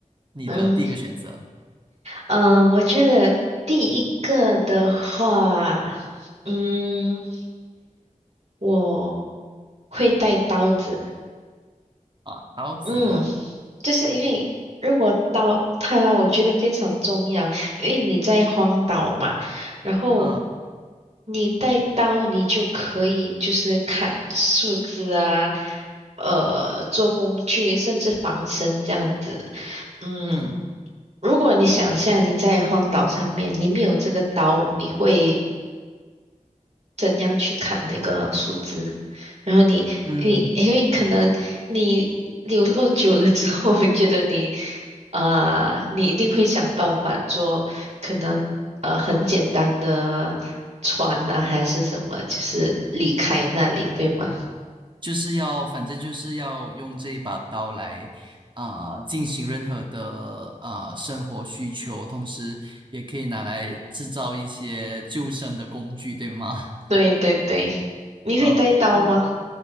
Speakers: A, on the right; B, on the right.
A: 你的第一个选择
B: 嗯，呃我觉得第一个的话，嗯，我会带刀子。
A: 啊，刀子。
B: 嗯，就是因为如果刀，它，我觉得非常重要，因为你在荒岛嘛，然后
A: 嗯
B: 你带刀，你就可以就是砍树枝啊，呃，做工具，甚至防身这样子。嗯，
A: 嗯
B: 如果你想一下你在荒岛上面，你没有这个刀，你会。怎样去砍那个树枝，然后你你因为可能你流落久了之后，
A: 嗯
B: 我觉得你呃你一定会想办法做，可能呃很简单的船呐、还是什么，就是离开那里，对吗？
A: 就是要，反正就是要用这一把刀来啊、进行任何的啊、生活需求，同时也可以拿来制造一些救生的工具，对吗？
B: 对对对，
A: <laughs>
B: 你会带刀吗？
A: 嗯，我